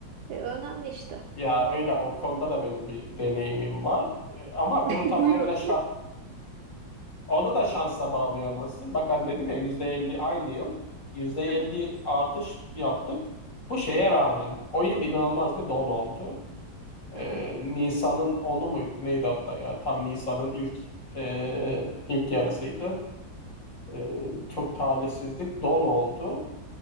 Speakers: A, on the right; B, on the left.
A: e, önemli işte.
B: ya öyle o konuda da benim bir deneyimim var. Ee, Ama
A: <laughs>
B: bunu tamamıyla
A: Buyurun.
B: şah Onu da şansa bağlayamazsın. Bak hani dedim ya %50 aynı yıl yüzde elli
A: <laughs> Hı hı.
B: artış yaptık. Bu şeye rağmen o yıl inanılmaz bir don oldu. Ee,
A: Hı hı.
B: Nisan'ın onu muydu? Neydi hatta ya? Tam Nisan'ın ilk e, ilk yarısıydı. Ee, çok talihsizlik don oldu.